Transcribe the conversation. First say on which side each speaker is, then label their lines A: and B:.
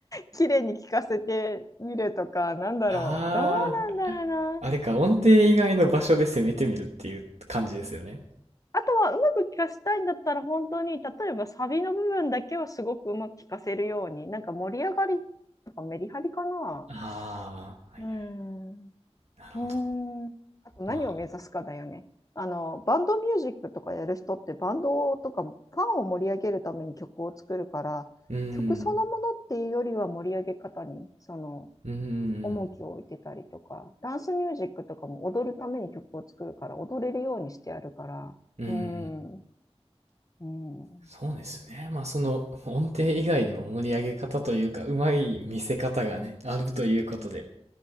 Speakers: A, on the left; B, on the right.
A: <laughs> 綺麗に聴かせてみるとか、なんだろう。
B: ああ、
A: どうなんだろうな。
B: あれか、音程以外の場所で攻めてみるっていう感じですよね。
A: あとは、うまく聴かせたいんだったら、本当に、例えばサビの部分だけをすごくうまく聴かせるように、なんか盛り上がりとかメリハリかな。
B: ああ、
A: うーん。
B: なるほど。
A: うーん。あと何を目指すかだよね。
B: まあ、
A: あの、バンドミュージックとかやる人ってバンドとかファンを盛り上げるために曲を作るから、
B: うーん、
A: 曲そのものっていうよりは盛り上げ方にその
B: うーん、
A: 重きを置いてたりとか、ダンスミュージックとかも踊るために曲を作るから踊れるようにしてやるから、
B: うーん。
A: うーん、うーん、う
B: そうですね。まあ、その音程以外にも盛り上げ方というか、うまい見せ方がね、あるということで。